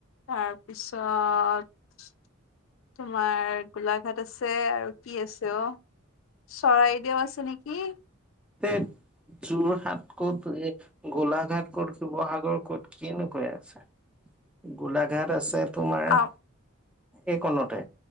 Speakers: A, on the left; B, in the centre.
A: তাৰপিছত তোমাৰ গোলাঘাট আছে আৰু কি আছে অ চৰাইদেউ আছে নেকি?
B: তে যোৰহাট ক'ত এই গোলাঘাট ক'ত শিৱসাগৰ ক'ত কিনো কৈ আছে। গোলাঘাট আছে তোমাৰ
A: অ
B: এই কণতে